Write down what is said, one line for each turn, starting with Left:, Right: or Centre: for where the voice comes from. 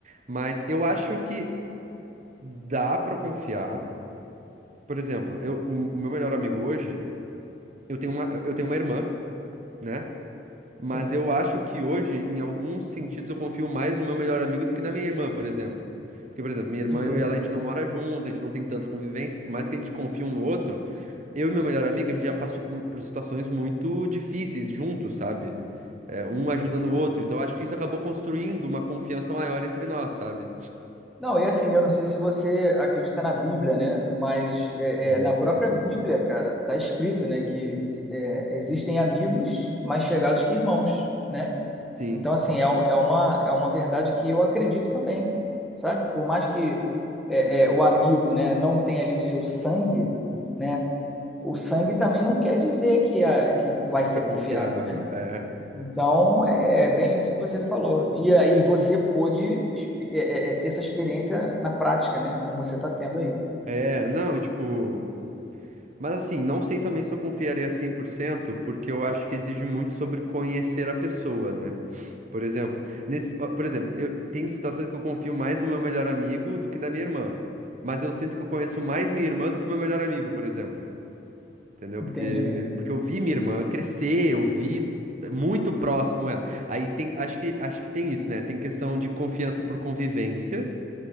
Right: Mas eu acho que dá pra confiar. Por exemplo, eu, o, o meu melhor amigo hoje, eu tenho uma, eu tenho uma irmã, né? Mas
Centre: Sim,
Right: eu acho que hoje, em alguns sentidos, eu confio mais no meu melhor amigo do que na minha irmã, por exemplo. Porque, por exemplo, minha irmã,
Centre: entendi.
Right: eu e ela, a gente não mora junto, a gente não tem tanta convivência. Por mais que a gente confie um no outro. eu e meu melhor amigo, a gente já passou por por situações muito difíceis juntos, sabe? É, um ajudando o outro. Então, acho que isso acabou construindo uma confiança maior entre nós, sabe?
Centre: Não, e assim, eu não sei se você acredita na Bíblia, né? Mas é,
Right: Uhum.
Centre: é, na própria Bíblia, cara, tá escrito, né, que é, existem amigos mais chegados que irmãos, né?
Right: Sim,
Centre: Então, assim, é, um- é uma, é uma verdade que eu acredito também, sabe? Por mais que é, é, o amigo, né, não tenha ali o seu sangue, né? O sangue também não quer dizer que, a, que vai
Right: pessoa
Centre: ser
Right: confiável,
Centre: confiável, né?
Right: é.
Centre: Então, é, é bem isso que você falou. E aí você pôde exp- é, é, é, ter essa experiência na prática, né? Como você está tendo aí.
Right: É, não, tipo. Mas assim, não sei também se eu confiaria 100%, porque eu acho que exige muito sobre conhecer a pessoa, né? Por exemplo, nesse, ó, por exemplo, eu tem situações que eu confio mais no meu melhor amigo do que na minha irmã, mas eu sinto que eu conheço mais minha irmã do que meu melhor amigo, por exemplo. Entendeu?
Centre: Entendi.
Right: Porque, porque eu vi minha irmã crescer, eu vi muito próximo ela. Aí tem, acho que, acho que tem isso, né? Tem questão de confiança por convivência